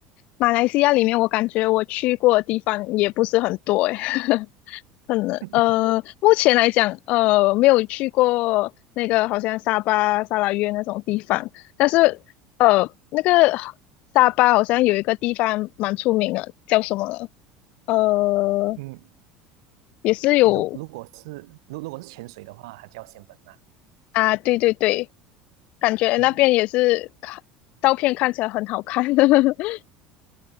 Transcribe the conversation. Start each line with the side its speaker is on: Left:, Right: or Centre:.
Left: 马来西亚里面，我感觉我去过的地方也不是很多诶。<laughs> 可能呃，
Right: <laughs>
Left: 目前来讲，呃，没有去过那个好像沙巴、沙拉约那种地方，但是呃，那个沙巴好像有一个地方蛮出名的，叫什么了呃，
Right: 嗯，
Left: 也是有
Right: 如如果是如如果是潜水的话，它叫仙本那。
Left: 啊，对对对，感觉那边也是看照片看起来很好看，
Right: 嗯。
Left: <laughs>